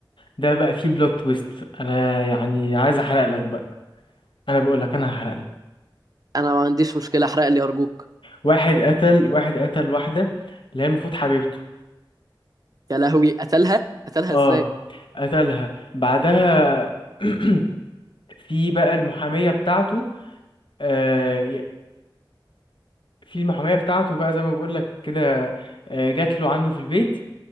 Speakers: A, on the left (about 75°); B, on the right (about 45°).
A: ده بقى فيه بلوت تويست انا يعني عايز احرق لك بقى انا بقول لك انا هحرق لك
B: انا ما عنديش مشكله احرق لي ارجوك
A: واحد قتل واحد قتل واحده اللي هي المفروض حبيبته
B: يا لهوي قتلها قتلها
A: اه
B: ازاي
A: قتلها بعدها <clears throat> في بقى المحاميه بتاعته آه، في المحامية بتاعته بقى زي ما بقول لك كده آه، جات له عنده في البيت